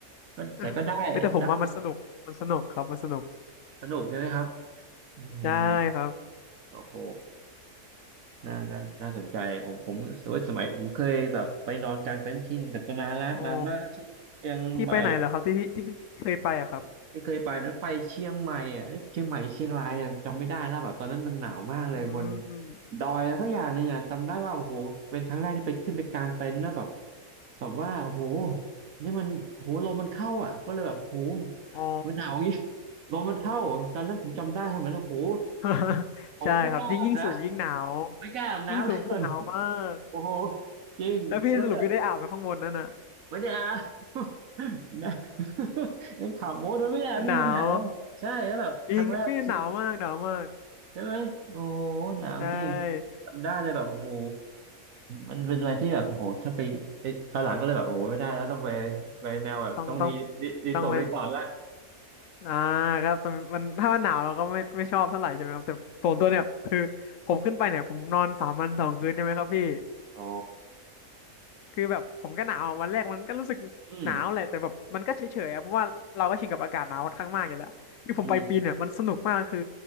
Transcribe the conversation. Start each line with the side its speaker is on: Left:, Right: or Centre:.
Right: ก็แต่ก็ได้ได้
Left: <laughs> เฮ้ยแต่ผมว่ามันสนุกมันสนุกครับมันสนุก
Right: สนุกใช่ไหมครับอืม
Left: ใช่ครับ
Right: โอ้โห น่าน่าน่าสนใจผมผมโอ้ยสมัยผมเคยแบบไปนอนกลางเต็นท์ที่แต่นานแลวนานมากแล้วที่เชียงใหม่
Left: อ๋อพี่ไปไหนเหรอครับที่พี่ที่พี่เคยไปอะครับ
Right: ที่เคยไปนั้นไปเชียงใหม่อ่ะเอ๊ะเชียงใหม่เชียงรายอ่ะจำไม่ได้แล้วแบบตอนนั้นมันหนาวมากเลยบน
Left: อืม
Right: ดอยแล้วสักอย่างหนึ่งอ่ะจำได้ว่าโอ้โหเป็นครั้งแรกที่ไปขึ้นไปกลางเต็นท์นะแบบแบบว่าโอ้โหนี่มันโอ้โหลมมันเข้าอ่ะก็เลยแบบโอ้โห
Left: อ๋อ
Right: มันหนาวอย่างงี้ <laughs> ลมมันเข้าตอนนั้นผมจำได้สมัยนั้นโอ้โห
Left: <laughs>
Right: ผมไม่กล้าอาบนะ
Left: ใช่ครับยิ่งยิ่งสูงยิ่งหนาว
Right: ไม่กล้าอาบน้ำเลย
Left: ยิ่งสูงคือหนาวมาก
Right: โอ้โหจริงก็เลยแบบ
Left: แล้วพี่สรุปพี่ได้อาบไปข้างบนนั่นน่ะ
Right: ไม่ได้ <laughs> อาบ <laughs> นะยังขำโอ้โดนไม่ได้อาบนี่มันหนาวใช่แล้วแบบครั้งแรกในชีวิต
Left: มันหนาวจริงครับพี่หนาวมากหนาวมาก
Right: ใช่ไหมโอ้โหหนาวจริง
Left: ใช่
Right: จำได้เลยแบบโอ้โหมันเป็นอะไรที่แบบโอ้โหถ้าไปไปตอนหลังก็เลยแบบโอ้โหไม่ได้แล้วต้องไปไปแนวแบบต้องมีรีรีสอร์ทรีสอร์ทละ
Left: ต้องต้องต้องเป็นอ่าครับต้องมันถ้ามันหนาวเราก็ไม่ไม่ชอบเท่าไหร่ใช่ไหมครับแต่ส่วนตัวเนี่ยคือผมขึ้นไปเนี่ยผมนอนสามวันสองคืนใช่ไหมครับพี่
Right: <laughs> โอ้
Left: คือแบบผมก็หนาวอะวันแรกมันก็รู้สึกหนาวแหละแต่แบบมันก็เฉยๆอะเพราะว่าเราก็ชินกับอากาศหนาวค่อนข้างมากอยู่แล้วคือผมไปปีนเนี่ยมันสนุกมากคือ
Right: <laughs> อืมอืม